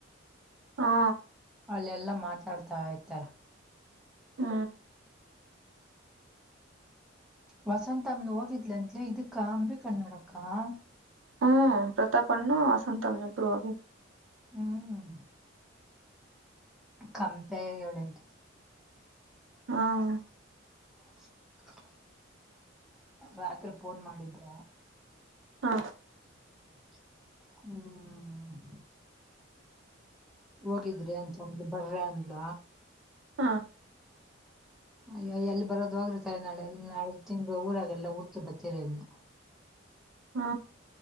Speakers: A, on the right; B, in the centre.
A: ಹಾ
B: ಅಲ್ಲೆಲ್ಲಾ ಮಾತಾಡ್ತಾ ಇರ್ತಾರೆ
A: ಹ್ಮ
B: ವಸಂತಮ್ಮಂನು ಹೋಗಿದ್ಲಾತ್ ಇದಕ್ಕ ಅಂಬಿಕಾ ನೋಡಕ್ಕ. <unintelligible> ಹಾ
A: ಹ್ಮ್ ಪ್ರತಾಪನ್ನು ವಸಂತಮ್ಮಂನು ಇಬ್ಬರು ಹೋಗಿದ್ರು
B: ಹ್ಮ್ ಕಂಪೆ ಹೇ <unintelligible>
A: ಹು <unintelligible>
B: ಹ ರಾತ್ರಿ ಫೋನ್ ಮಾಡಿದ್ರ
A: ಹಾ
B: ಹ್ಮ್ ಹೋಗಿದ್ರಿ ಅಂತ ಅಂದ್ಲು ಬರ್ರ ಅಂದ್ಲ
A: ಹಾ
B: ಅಯ್ಯೋ ಎಲ್ ಬರೋದ್ ಹೋಗ್ರಿ ನಾಳೆ ಅಲ್ಲ ನಾಳಿದ್ದ್ ತಿಂಗಳು ಊರಾಗೆಲ್ಲ ಊರ್ ತು ಬತ್ತೆ ತಿರನ್ನ
A: ಹ್ಮ